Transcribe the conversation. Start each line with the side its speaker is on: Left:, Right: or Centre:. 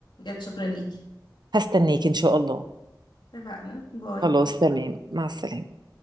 Left: شكرا ليكي
Right: هستنيك ان شاء الله
Left: اتفقنا باي
Right: خلاص تمام مع السلامه